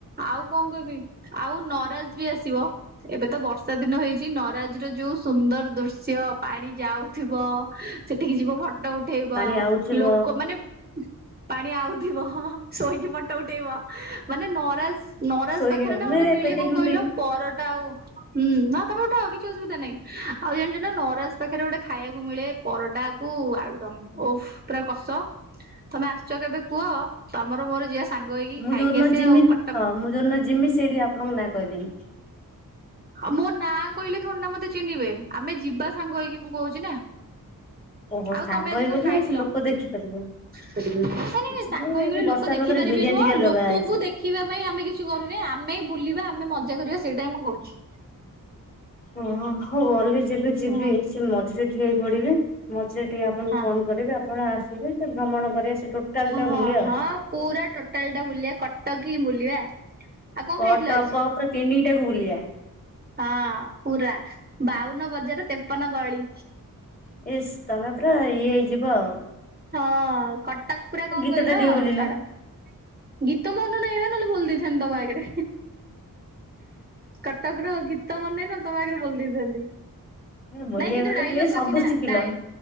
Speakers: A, on the right; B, on the left.
A: ଆଉ କଣ କହିବି? ଆଉ ନରାଜ ବି ଆସିବ। ଏବେ ତ ବର୍ଷାଦିନ ହେଇଛି ନରାଜର ଯୋଉ ସୁନ୍ଦରଦୃଶ୍ୟ! ପାଣି ଯାଉଥିବ। ସେଠିକି ଯିବ ଫଟୋ ଉଠେଇବ।
B: ପାଣି ଆଉଥିବ
A: ଲୋକ ମାନେ ପାଣି ଆଉଥିବ ଶୋଇକି ଫଟୋ ଉଠେଇବ। ମାନେ ନରାଜ ନରାଜ
B: ଶୋଇକି
A: ପାଖରେ ନା
B: ମୁଁ
A: ଗୋଟେ
B: ଏବେ
A: ମିଳେ
B: ପେଟେଇକି
A: କଣ କହିଲ-
B: ଉଠେଇବି।
A: ପରଟା ଆଉ ହୁଁ ହଁ ତମେ ଉଠ କିଛି ଅସୁବିଧା ନାହିଁ, ଆଉ ଜାଣିଛ ନା ନରାଜ ପାଖରେ ଗୋଟେ ଖାଇବାକୁ ମିଳେ ପରଟାକୁ ଆଳୁଦମ୍। ଓଫ୍ ପୁରା କଷ। ତମେ ଆସୁଛ କେବେ କୁହ? ତମର ମୋର ଜିଆ ସାଙ୍ଗ ହେଇକି
B: ମୁଁ
A: ଖାଇକି
B: ଯୋଉଦିନ
A: ଆସିଆ
B: ଯିମି
A: ଆଉ କଟ୍
B: ହଁ ମୁଁ ଯୋଉଦିନ ଜିମି ସେଇଠି ଆପଣଙ୍କ ନାଁ କହିଦେବି।
A: ଆଉ ମୋ ନାଁ କହିଲେ ଥୋଡି ନା ମତେ ଚିହ୍ନିବେ, ଆମେ ଯିବା ସାଙ୍ଗ ହେଇକି ମୁଁ କହୁଛି ନା।
B: ଓହୋ
A: ଆଉ
B: ସାଙ୍ଗ
A: ତମେ ଆଜି
B: ହେଇଗଲେ
A: କଣ ଖାଇଥିଲ?
B: ନା ସେ ଲୋକ ଦେଖିପାରିବେ।
A: ମାନେ ସାଙ୍ଗ ହେଇକିଗଲେ
B: କିଛି ନାଇଁ ଆଜି
A: ଲୋ ଲୋକ
B: ବର୍ଷା
A: ଦେଖିପାରିବେ
B: ପାଗରେ ବିରିୟାନୀ
A: ନୁହଁ
B: ଟିକେ ଦବା
A: ଲୋକଙ୍କୁ
B: ହେଇଛି।
A: ଦେଖିବା ପାଇଁ ଆମେ କି କିଛି କରୁନେ। ଆମେ ବୁଲିବା, ଆମେ ମଜା କରିବା, ସେଇଟା ହିଁ ମୁଁ କହୁଛି।
B: ଓ ହଉ ଗଲେ ଯେବେ ଯିବି
A: ହୁଁ
B: ସେ ମଝିରେ ଠିଆହେଇ ପଡିବେ। ମଝିରେ ଟିକେ ଆପଣଙ୍କୁ
A: ହଁ
B: ଫୋନ କରିବି ଆପଣ ଆସିବେ ସେଠୁ ଭ୍ରମଣ କରିବା। ସେ
A: ହଁ
B: ଟା ବୁଲିବା ଆଉ।
A: ହଁ ପୁରା ଟୋଟାଲ ଟା ବୁଲିବା କଟକ ହିଁ ବୁଲିବା। ଆଉ କଣ
B: କ
A: ଖାଇଥିଲ
B: ଟ
A: ଆଜି?
B: କ ପୁରା ତିନିଟାକୁ ବୁଲିଆ।
A: ହଁ, ପୁରା। ବାଉନବଜାର ତେପନ ଗଳି।
B: ଇସ୍, ତମେ ପୁରା ଇଏ ହେଇଯିବ ଆଉ।
A: ହଁ, କଟକ ପୁରା କଣ
B: ଗୀତ
A: କହିଲ-
B: ଟା ଟିକେ ବୋଲିଲ।
A: ଛାଡ। ଗୀତ ମନ ନାଇଁବା ନହେଲେ ବୋଲି ଦେଇଥାନ୍ତି ତମ ଆଗରେ। କଟକ ର ଗୀ ଗୀତ ମନେ ନାଇଁ ନହଲେ ତମ ଆଗରେ ବୋଲି ଦେଇଥାନ୍ତି,
B: ବୋଲିବା
A: ନାଇଁ କିନ୍ତୁ
B: କଥା
A: ଡାଇଲଗ୍
B: ଏ ସବୁ
A: ଅଛି ନା।
B: ଶିଖିଲ
A: ଡ଼ାଇ